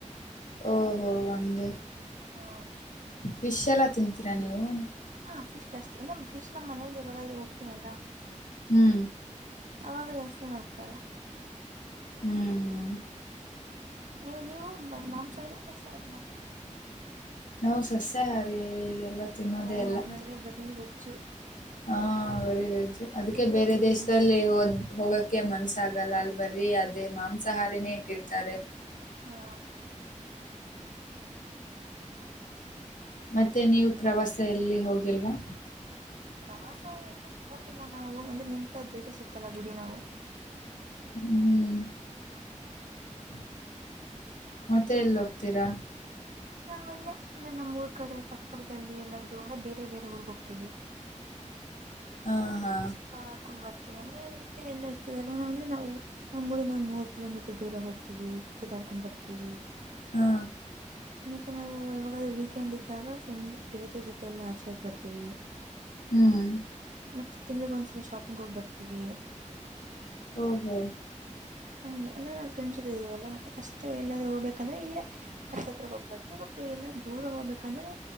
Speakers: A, on the left; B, on the right.
A: ಓಹೋ ಹಂಗೆ
B: ಹ್ಮ್
A: ಫಿಶ್ ಎಲ್ಲ ತಿಂತೀರಾ ನೀವು
B: ಹಾ ಫಿಶ್ ಜಾಸ್ತಿ ನಮ್ ಫಿಶ್ನ ಮನೆಯಲ್ಲಿ ಯವಾಗಾದ್ರೂ ಓಕೆ ಅಲ್ಲ
A: ಹ್ಮ್
B: ಅವಾಗ ಜಾಸ್ತಿ ಮಾಡ್ತಾರ
A: ಹ್ಮ್ ಹ್ಮ್
B: ನೀವು ನೀವು ಬರಿ ಮಾಂಸಹಾರಿನ ಸಸ್ಯಹಾರಿನ
A: ನಾವು ಸಸ್ಯಾಹಾರಿ ಇದೆಲ್ಲ ತಿನ್ನೋದೇ
B: ಓ
A: ಇಲ್ಲ
B: ಹಂಗಾದ್ರೆ ಬರೀ ವೆಜ್ಜು
A: ಹಾ ವೆರಿ ವೆಜ್ ಅದಕ್ಕೆ
B: ತಿನ್ಬೇಕ್ರಿ
A: ಬೇರೆ ದೇಶದಲ್ಲಿ ಹೋಗಕ್ ಅದಕೆ ಮನ್ಸಸ್ ಆಗಲ್ಲ ಅಲ್ ಬರ್ರಿ ಅದೇ ಮಾಂಸಾಹಾರಿನೇ ಇಟ್ಟಿರ್ತಾರೆ
B: ಹಾ
A: ಮತ್ತೆ ನೀವು ಪ್ರವಾಸ ಎಲ್ಲಿ ಹೋಗಿಲ್ವಾ
B: ರಾಸಾಯ ಹೋಗಿಲ್ಲ ನಾವು ಅಂದ್ರೆ ನಿಮ್ದ ದೇಶ ಸುತ್ತಲ್ಲ ಬಿಡಿ ನಾವು
A: ಹ್ಮ ಹ್ಮ್ <inaudible> ಮತ್ತೆ ಎಲ್ಲಿ ಹೋಗ್ತೀರಾ
B: ನಾವಲ್ಲೇ ಅಂದ್ರೆ ನಮ್ಮ್ ಊರ್ ಕಡೆ ಪಕ್ಕ ಪಕ್ಕದಲ್ಲಿ ಎಲ್ಲಾದರೂ ಅಂದ್ರೆ ಬೇರೆ ಬೇರೆ ಊರಗೆ ಹೋಗ್ತೀವಿ
A: ಹಾ ಹಾ
B: ಸುತ್ತಾಡಕೊಂಡ ಬರ್ತೀವಿ ಅಂದ್ರೆ ಇಲ್ಲೇ ಎಲ್ಲ ಇರ್ತದಲ್ಲ ಅಂದ್ರೆ ನಾವು ನಮ್ಮ ಊರಿಂದ ಒಂದ್ ಮೂವತ್ ಕಿಲೋಮೀಟರ್ ದೂರ ಹೋಗ್ತೀವಿ ಸುತ್ತಾಡ್ಕೊಂಡ್ ಬರ್ತೀವಿ
A: ಹಾ
B: ಮತ್ತೆ ನಾವು ಯಾವಾಗದ್ರೂ ವೀಕೆಂಡ್ ಇದ್ದಾಗ ಫ್ರೆಂಡ್ ಗೆಳತಿಯರ ಜೊತೆ ಎಲ್ಲ ಆಚೆ ಹೋಗ್ ಬರ್ತೀವಿ
A: ಹ್ಮ್
B: ಮತ್ತೆ ತಿಂಗಳಿಗ ಒಂದ್ಸಲ ಶಾಪಿಂಗ್ ಹೋಗಿ ಬರ್ತೀವಿ
A: ಓ ಹೋ
B: ಹಂಗೆ ಅಂದ್ರೆ ನಾವ್ ಫ್ರೆಂಡ್ಸ್ ಜೊತೆ ಇದ್ದೀವಲ್ಲ ಅಷ್ಟ ಎಲ್ಲಾದ್ರೂ ಹೋಗಬೇಕೆಂದರೆ ಇಲ್ಲಿ ಹತ್ತತ್ರ ಹೋಗ್ಬತ್ತವಿ ಬಟ್ ಎಲ್ಲಾ ದೂರ ಹೋಗ್ಬೇಕಂದ್ರೆ